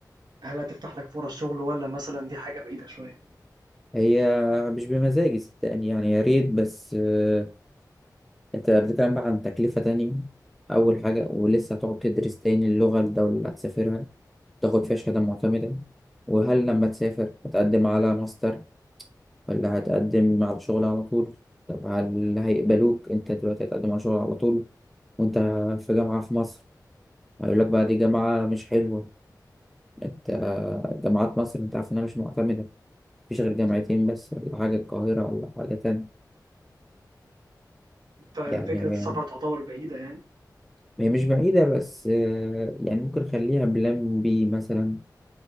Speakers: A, on the right; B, in the centre.
A: هل هتفتح لك فرص شغل والّا مثلًا دي حاجة بعيدة شوية؟
B: هي مش بمزاجي صدقني يعني يا ريت بس آه، انت بتتكلم بقى عن تكلفة تانية أول حاجة ولسه هتقعد تدرس تاني اللغة الدولة اللي هتسافرها تاخد فيها شهادة معتمدة وهل لما تسافر هتقدم على ماستر ولا هتقدم على شغل على طول طب هل هيقبلوك انت دلوقتي هتقدم على شغل على طول وانت في جامعة في مصر هيقول لك بقى دي جامعة مش حلوة انت جامعات مصر انت عارف انها مش معتمدة مفيش غير
A: مضبوط.
B: جامعتين بس ولا حاجة القاهرة ولا حاجة تانية
A: ففكرة
B: يعني
A: السفر تعتبر بعيدة يعني؟
B: هي مش بعيدة بس آه، يعني ممكن نخليها بلان بي مثلا